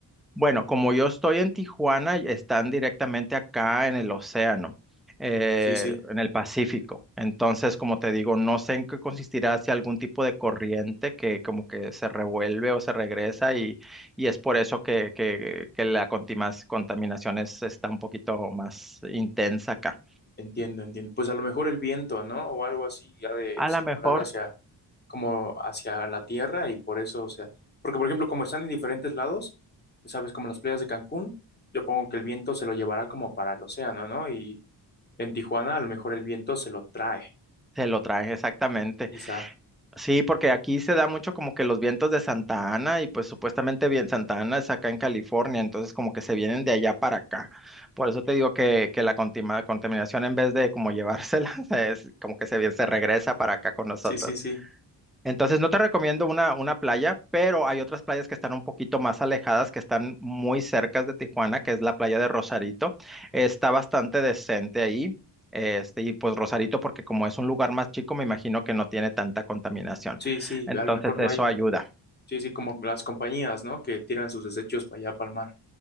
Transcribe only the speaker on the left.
Sí, sí.
Entiendo, entiendo. Pues a lo mejor el viento, ¿no? O algo así, ya de
circular
hacia, como hacia la tierra y por eso, o sea, porque por ejemplo, como están en diferentes lados, sabes, como las playas de Cancún, yo pongo que el viento se lo llevará como para el océano, ¿no? Y en Tijuana a lo mejor el viento se lo trae,
quizá.
Sí, sí, sí.
Sí, sí,
a lo mejor
no hay,
sí, sí, como las compañías, ¿no? Que tiran sus desechos para allá, para el mar.